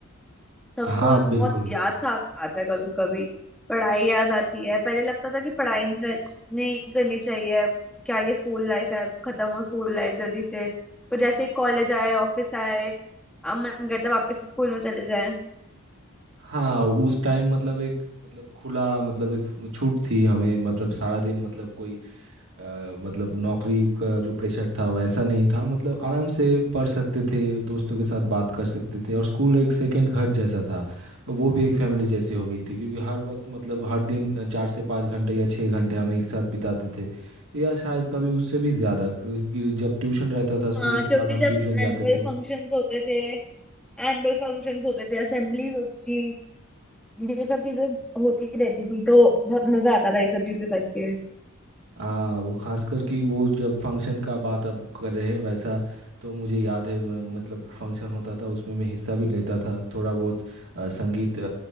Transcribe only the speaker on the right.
हाँ
बिल्कुल
हाँ उस टाइम मतलब एक मतलब खुला मतलब एक छूट थी हमें मतलब सारा दिन मतलब कोई अ, मतलब नौकरी का जो प्रेशर था वैसा नहीं था मतलब आराम से पढ़ सकते थे दोस्तों के साथ बात कर सकते थे और स्कूल एक सेकंड घर जैसा था वो भी एक फैमिली जैसी हो गई थी क्योंकि हर वक्त मतलब हर दिन अ, चार से पाँच घंटे या छः घंटे हम एक साथ बिताते थे या शायद कभी उससे भी ज़्यादा क्योंकि जब ट्यूशन रहता था स्कूल
के
बाद हम
ट्यूशन जाते
थे
हाँ वो खासकर कि वो जब फंक्शन का बात आप कर रहे हैं वैसा तो मुझे याद है मैं मतलब फंक्शन होता था उसमें मैं हिस्सा भी लेता था थोड़ा बहुत अ, संगीत अ,